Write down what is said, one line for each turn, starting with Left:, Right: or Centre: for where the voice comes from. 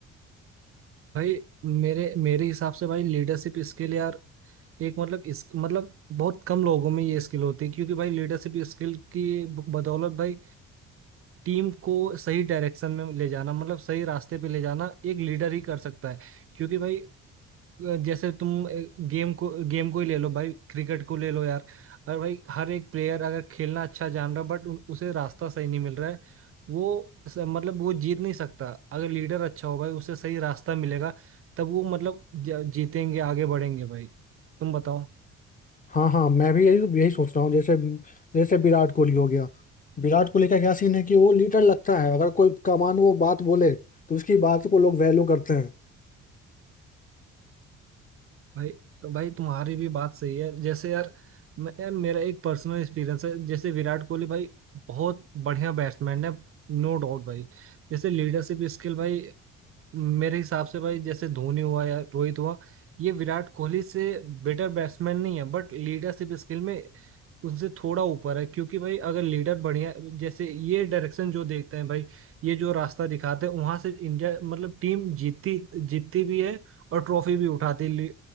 Right: भाई मेरे मेरे हिसाब से भाई लीडरशिप स्किल यार एक मतलब इस मतलब बहुत कम लोगों में ये स्किल होती है क्योंकि भाई लीडरशिप स्किल की बदौलत भाई टीम को सही डायरेक्शन में ले जाना मतलब सही रास्ते पे ले जाना एक लीडर ही कर सकता है क्योंकि भाई अ, जैसे तुम गेम को गेम को ही ले लो भाई क्रिकेट को ले लो यार और भाई हर एक प्लेयर अगर खेलना अच्छा जान रहा बट उसे रास्ता सही नहीं मिल रहा है वो स- मतलब वो जीत नहीं सकता अगर लीडर अच्छा हो भाई उसे सही रास्ता मिलेगा तब वो मतलब ज- जीतेंगे आगे बढ़ेंगे भाई तुम बताओ
Left: हाँ हाँ मैं भी यही यही सोच रहा हूँ जैसे जैसे विराट कोहली हो गया विराट कोहली का क्या सीन है कि वो लीडर लगता है अगर कोई कमान वो बात बोले तो उसकी बात को लोग वैल्यू करते हैं
Right: भाई तो भाई तुम्हारी भी बात सही है जैसे यार मैं यार मेरा एक पर्सनल एक्सपीरियंस है जैसे विराट कोहली भाई बहुत बढ़िया बैट्समैन है नो डाउट भाई जैसे लीडरशिप स्किल भाई मेरे हिसाब से भाई जैसे धोनी हुआ या रोहित हुआ ये विराट कोहली से बेटर बैट्समैन नहीं है बट लीडरशिप स्किल में उनसे थोड़ा ऊपर है क्योंकि भाई अगर लीडर बढ़िया जैसे ये डायरेक्शन जो देखते हैं भाई ये जो रास्ता दिखाते हैं वहां से इंडिया मतलब टीम जीतती जीतती भी है और ट्रॉफी भी उठाती है